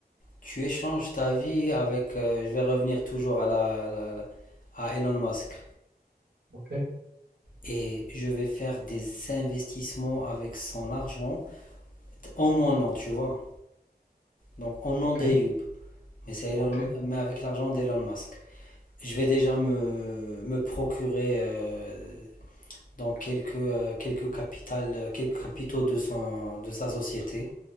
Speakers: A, on the left; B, on the right.
A: tu échanges ta vie avec, euh, je vais revenir toujours à la, la- la- à Elon Musk.
B: <laughs> Ok,
A: et je vais faire des investissements avec son argent en mon nom, tu vois. Donc en nom
B: ok,
A: d'Ayoub, mais, c'est
B: ok,
A: mais avec l'argent d'Elon Musk. Je vais
B: ok,
A: déjà me, me procurer euh, dans quelques, euh, quelques, capitales, quelques capitaux de, son, de sa société,